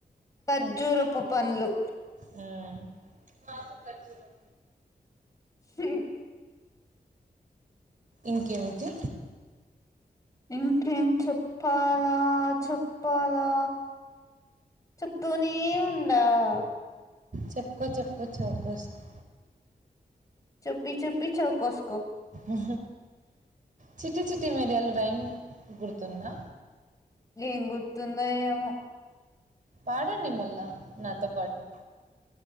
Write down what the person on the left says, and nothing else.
ఖర్జూరపు పండ్లు
సె
ఇంకేం చెప్పాలా చెప్పాలా చెప్తూనే ఉండాలా
చుప్పి చుప్పి చెవుకోస్కో
ఏం గుర్తుందో ఏమో